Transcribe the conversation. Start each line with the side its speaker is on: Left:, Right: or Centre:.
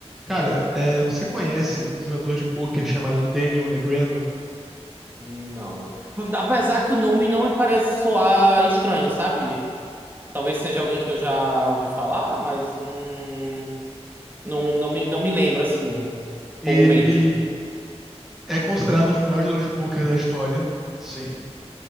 Centre: Cara, é, você conhece um jogador de pôquer chamado Daniel Negreanu?
Right: Não. Apesar que o nome não me parece soar estranho, sabe? Talvez seja alguém que eu já ouvi falar, mas hum, não, não me, não me lembro assim
Centre: Ele
Right: comumente,
Centre: é considerado um dos melhores jogadores de pôquer da história. Sim.